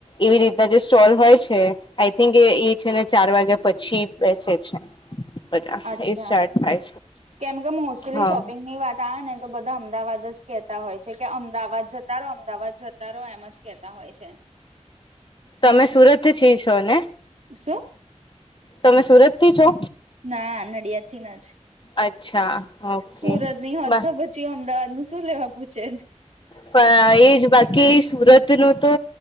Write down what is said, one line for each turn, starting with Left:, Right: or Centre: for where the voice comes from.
Left: એવી રીતના જે સ્ટોલ હોય છે આઈ થિંક એ એ છે ને ચાર વાગ્યા પછી બેસે છે બધા
Right: અચ્છા
Left: એ સ્ટાર્ટ થાય
Right: કેમ કે મોસ્ટલી
Left: છે હા
Right: શોપિંગની વાત આવે ને તો બધા અમદાવાદ જ કેતા હોય છે કે અમદાવાદ જતા રહો અમદાવાદ જતા રહો એમજ કેતા હો હોય છે
Left: તમે સુરત થી છ છો ને
Right: શું
Left: તમે સુરત થી છો
Right: ના નડિયાદ થી ન જ
Left: અચ્છા ઓકે
Right: સુરત ની હોત
Left: બ
Right: તો અમદાવાદ નું શું લેવા પૂછે
Left: પણ એજ બાકી સુરત નું તો